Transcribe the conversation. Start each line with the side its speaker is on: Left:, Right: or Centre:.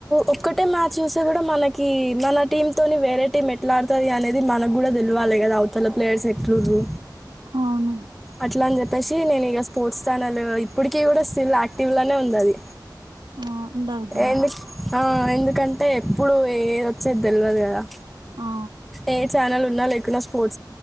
Centre: ఒక్కటే మ్యాచ్ చూస్తే కూడా మనకి మన టీమ్ తోని వేరే టీమ్ ఎట్లా ఆడుతుంది అనేది మనకు కూడా తెలివాలి కదా అవతల ప్లేయర్స్ ఎట్లురు
Right: అవును
Centre: అట్లా అని చెప్పేసి నేను ఇక స్పోర్స్ ఛానల్ ఇప్పటికీ కూడా స్టిల్ యాక్టివ్ లానే ఉంది ఆది
Right: ఆ ఉండాలి బ్రో
Centre: ఎందు ఆ ఎందుకంటే ఎప్పుడు ఏది వచ్చే తెల్వదు కదా
Right: ఆ
Centre: ఏ చానల్ ఉన్న లేకున స్పోర్